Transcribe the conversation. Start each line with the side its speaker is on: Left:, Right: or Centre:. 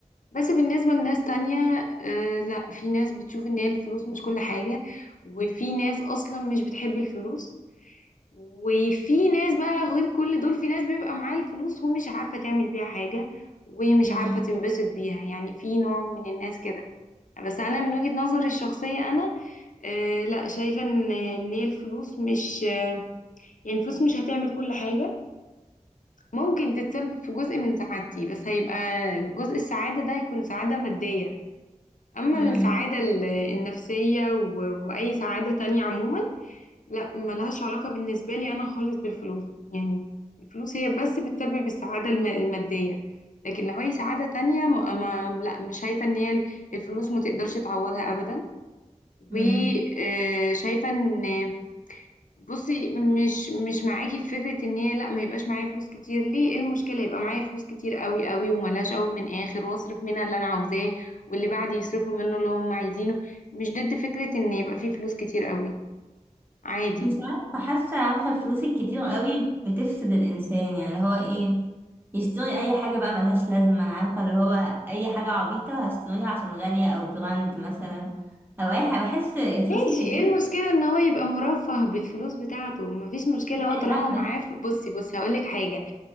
Left: بس بالنسبة لناس تانية آه لا في ناس بتشوف ان هي الفلوس مش كل حاجة وفي ناس اصلا مش بتحب الفلوس وفي ناس بقى غير كل دول في ناس بيبقى معاها الفلوس ومش عارفة تعمل بيها حاجة ومش
Right: مم.
Left: عارفة تنبسط بيها يعني في نوع من الناس كده بس انا من وجهة نظري الشخصية انا آه لا شايفة ان إن هي الفلوس مش آه يعني الفلوس مش هتعمل كل حاجة ممكن تتسبب في جزء من سعادتي بس هيبقى جزء السعادة ده هيكون سعادة مادية أما
Right: مم.
Left: السعادة ال- النفسية و- وأي سعادة تانية عموما لا ملهاش علاقة بالنسبة لي أنا خالص بالفلوس يعني الفلوس هي بس بتسبب السعادة الم- المادية لكن لو أي سعادة تانية ما ما لا مش شايفة إن هي الفلوس ما تقدرش تعوضها أبدا وشايفة
Right: مم.
Left: إن بصي مش مش معاكي في فكرة ان هي لا ما يبقاش معايا فلوس كتير ليه ايه المشكلة يبقى معايا فلوس كتير قوي قوي وملاش اول من اخر واصرف منها اللي انا عاوزاه واللي بعدي يصرفوا منه اللي هم عايزينه مش ضد فكرة ان يبقى فيه فلوس كتير قوي عادي
Right: مش عارفة حاسة عارفة الفلوس الكتير قوي بتفسد الإنسان يعني اللي هو إيه يشتري أي حاجة بقى ملهاش لازمة عارفة اللي هو أي حاجة عبيطة هشتريها عشان غالية أو براند مثلا أو أي حاجة بحس الفلوس
Left: ماشي
Right: الكتير
Left: ايه المشكلة ان هو يبقى مرفه بالفلوس بتاعته مفيش مشكلة
Right: ما
Left: هو طالما
Right: لا
Left: معاه
Right: بس
Left: فل- بصي بصي هقولك حاجة